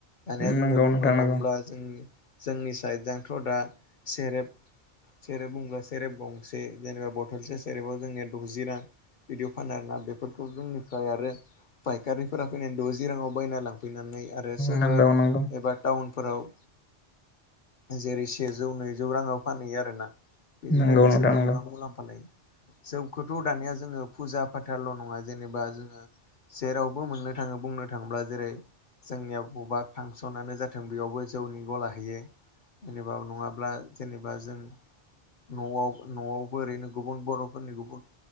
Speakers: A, on the left; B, on the left.
A: दानिया जोङो
B: नंगौ
A: बुंनो
B: नोंथां नंगौ
A: थाङोब्ला जोंनि जोंनि साइडजोंथ' दा सेरेब सेरेब बुंब्ला सेरेब गंसे जेनेबा बथलसे सेरेबाव जोंनिया द'जि रां। बिदिआव फानो आरोना बेफोरखौ जोंनिफ्राय आरो फायखारिफोरा फैनानै द'जि राङाव बायना लांफैनानै आरो सोहोर
B: नंगौ नंगौ
A: एबा टाउन फोराव जेरै सेजौ नैजौ राङाव फानहैयो आरो ना। बिदिनो
B: नोंथां
A: बिसोरबो
B: नंगौ
A: गोबां मुलाम्फा लायो। जौखौथ' दानिया जोङो फुजा फाथाल' नङा जेनेबा जोङो जेरावबो मोननो थाङो बुंनो था थांब्ला जेरै जोंनिया बबेबा फांसनानो जाथों बेयावबो जौनि गला हैयो। जेनेबा नङाब्ला जेनेबा जों न'आव न'आवबो ओरैनो गुबुन बर'फोरनि गुबुन